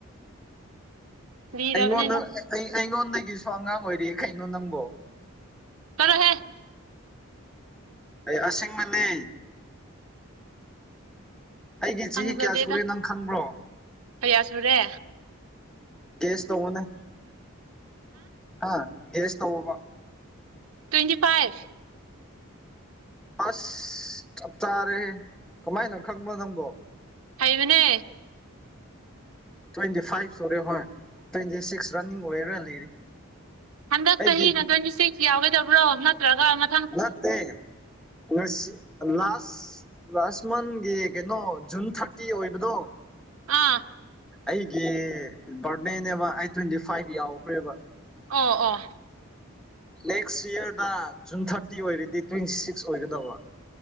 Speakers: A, on the right (about 80°); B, in the centre.
A: ꯂꯤꯔꯕꯅꯦ
B: ꯑꯩꯉꯣꯟꯗ
A: ꯅꯪ
B: ꯑꯩ ꯑꯩꯉꯣꯟꯗꯒꯤꯁꯨ ꯑꯉꯥꯡ ꯑꯣꯏꯔꯤ ꯀꯩꯅꯣ ꯅꯪꯕꯣ
A: ꯆꯠꯂꯣꯍꯦ
B: ꯑꯩ ꯑꯁꯦꯡꯕꯅꯤ ꯑꯩꯒꯤ ꯆꯍꯤ
A: ꯍꯪꯖꯗꯦꯗ
B: ꯀꯌꯥ ꯁꯨꯔꯦ ꯅꯪ ꯈꯪꯕ꯭ꯔꯣ
A: ꯀꯌꯥ ꯁꯨꯔꯦ
B: ꯒ꯭ꯌꯦꯁ ꯇꯧꯋ‌ꯣꯅꯦ ꯍꯥ ꯒ꯭ꯌꯦꯁ ꯇꯧꯋꯣꯕ
A: ꯇ꯭ꯋꯦꯟꯇꯤ ꯐꯥꯏꯚ
B: ꯑꯁ ꯆꯞꯆꯥꯔꯦꯍꯦ ꯀꯃꯥꯏꯅ ꯈꯪꯕ꯭ꯔꯥ ꯅꯪꯕꯣ
A: ꯍꯩꯕꯅꯦ
B: ꯇ꯭ꯋꯦꯟꯇꯤ ꯐꯥꯏꯚ ꯁꯨꯔꯦ ꯍꯣꯏ ꯇ꯭ꯋꯦꯟꯇꯤ ꯁꯤꯛꯁ ꯔꯟꯅꯤꯡ ꯑꯣꯏꯔꯥ ꯂꯩꯔꯤ
A: ꯍꯟꯗꯛ
B: ꯑꯩꯒꯤ
A: ꯆꯍꯤꯅ ꯇ꯭ꯋꯦꯟꯇꯤ ꯁꯤꯛꯁ ꯌꯥꯎꯒꯗꯕ꯭ꯔꯣ ꯅꯠꯇ꯭ꯔꯒ ꯃ
B: ꯅꯠꯇꯦ ꯉꯁꯤ ꯂꯥꯁ ꯂꯥꯁ ꯃꯟꯒꯤ ꯀꯩꯅꯣ ꯖꯨꯟ ꯊꯥꯔꯇꯤ ꯑꯣꯏꯕꯗꯣ
A: ꯑꯥ
B: ꯑꯩꯒꯤ ꯕꯥꯔꯗꯦꯅꯦꯕ ꯑꯩ ꯇ꯭ꯋꯦꯟꯇꯤ ꯐꯥꯏꯚ ꯌꯥꯎꯈ꯭ꯔꯦꯕ
A: ꯑꯣ ꯑꯣ
B: ꯅꯦꯛꯁ ꯏꯌꯥꯔꯗ ꯖꯨꯟ ꯊꯥꯔꯇꯤ ꯑꯣꯏꯔꯗꯤ ꯇ꯭ꯋꯦꯟꯇꯤ ꯁꯤꯛꯁ ꯑꯣꯏꯒꯗꯕ